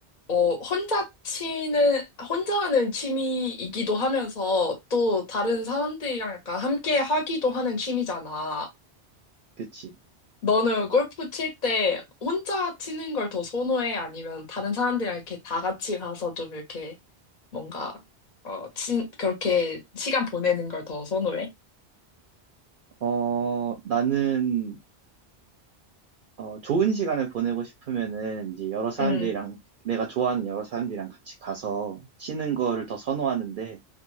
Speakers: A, on the left; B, on the right.
A: 어 혼자 치는 혼자 하는 취미이기도 하면서 또 다른 사람들이랑 약간 함께 하기도 하는 취미잖아.
B: 그치?
A: 너는 골프 칠 때 혼자 치는 걸 더 선호해? 아니면 다른 사람들이랑 이렇게 다 같이 가서 좀 이렇게 뭔가, 어, 친, 그렇게 시간 보내는 걸 더 선호해?
B: 어, 나는 어, 좋은 시간을 보내고 싶으면은 이제 여러 사람들이랑
A: 응,
B: 내가 좋아하는 여러 사람들이랑 같이 가서 치는 거를 더 선호하는데